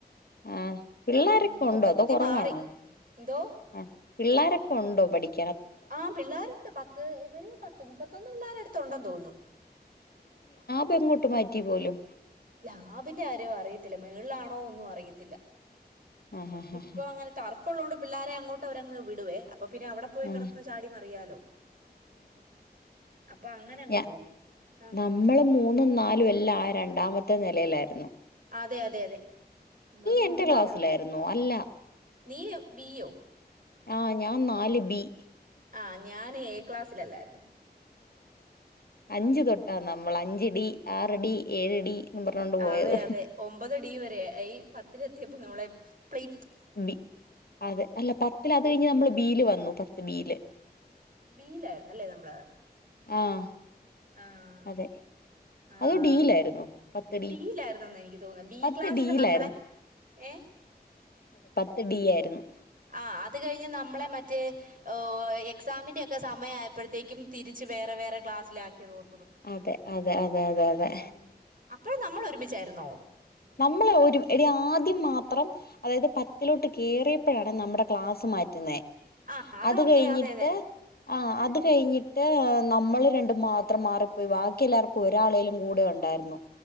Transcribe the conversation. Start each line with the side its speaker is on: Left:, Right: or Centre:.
Left: ആഹ് പിള്ളോരൊക്കെ
Right: ഉം, മൊത്തത്തിൽ
Left: ഉണ്ടോ അതോ കൊറവാണോ
Right: മാറി എന്തോ
Left: ആഹ് പിള്ളാരൊക്കെ ഉണ്ടോ പഠിക്ക്
Right: ആഹ് പിള്ളാര്ണ്ട് പത്ത് ഇവര് പത്ത് മുപ്പത്തൊന്ന് പിള്ളാരട്ത്ത് ഉണ്ടെന്ന് തോന്നുന്നു.
Left: ബെങ്ങോട്ട് മാറ്റി പോലും
Right: ലാബിന്റെ കാര്യോ അറിയത്തില്ല മേൾ ളാണോ ഒന്നും അറിയത്തില്ല.
Left: ആ
Right: എറക്കിപ്പൊ
Left: ആ
Right: അങ്ങനെ ടെറഫ്ള്ളോണ്ട് പിള്ളാരെ അങ്ങോട്ട് അവരങ് വിടു വേ. അപ്പൊ പിന്നെ അവടെ പോയി
Left: ആ
Right: കെടന്ന ചാടി മറിയാലോ. അപ്പൊ അങ്ങനെ അങ്ങ്
Left: ഞ
Right: പോവും ആ,
Left: നമ്മള് മൂന്നും നാലും എല്ലായ രണ്ടാമത്തെ നെ ലെലായിരുന്നു.
Right: അതെ യതെ യതെ നമ്മള് മൂന്ന്
Left: എന്റെ ക്ലാസ്സിലായിരുന്നോ
Right: നാല്
Left: അല്ല
Right: നീ ബീയോ?
Left: ആഹ് ഞാൻ നാല് ബി.
Right: ആഹ് ഞാനേ ക്ലാസ്സിലല്ലായിരുന്നു.
Left: അഞ്ച്
Right: ഉം
Left: തൊട്ടാ നമ്മള് അഞ്ച് ഡി, ആറ് ഡി, ഏഴ് ഡി എന്നും പറഞ്ഞോണ്ട് പോയത്
Right: അതെ യതെ ഒമ്പത് ഡി വരെ ഈ പത്തിലെത്തിയപ്പോ നമ്മളെ സ്പ്ലി
Left: ബി അതെ അല്ല പത്തിലത് കഴിഞ്ഞ നമ്മള് ബീല് വ ഇന്നു പത്ത് ബീയില്
Right: ബീലായിരുന്നല്ലേ നമ്മള്?
Left: ആഹ്.
Right: ആഹ്
Left: അതെ
Right: ആഹ്
Left: അതോ ഡിയിലായിരുന്നോ പത്ത്
Right: ഡി യിലായിരുന്നെന്ന് എനിക്ക് തോന്ന്ന്നെ ബി
Left: പത്ത്
Right: ക്ലാസ്സില്
Left: ഡിയിലായിരുന്നു
Right: നമ്മളെ ഏ
Left: ത്ത് ഡിയായിരുന്നു.
Right: ആഹ് അത് കഴിഞ്ഞ് നമ്മളെ മറ്റേ ഓ എക്സാമിന്റെ ഒക്കെ സമയായപ്പഴത്തേക്കും തിരിച്ച് വേറെ വേറെ ക്ലാസ്സിലാക്കിയതോർ
Left: അതെ, അതെ, അതെ, അതെ, അതെ.
Right: ആഹ് അപ്പഴും നമ്മൾ ഒരുമിച്ചായിരുന്നോ?
Left: നമ്മള് ഒരു എടി ആദ്യം മാത്രം അതായത് പത്തിലോട്ട് കേറിയപ്പഴാണ് നമ്മടെ ക്ലാസ് മാറ്റുന്നേ
Right: ആഹ് അതൊക്കെ
Left: അത് കഴിഞ്ഞിട്ട്
Right: അതെ അതെ
Left: ആഹ് അത് കഴിഞ്ഞിട്ട് നമ്മൾ രണ്ടും മാത്രം മാറിപ്പോയി ബാക്കി എല്ലാവർക്കും ഒരാളെലും കൂടെ ഉണ്ടായിരുന്നു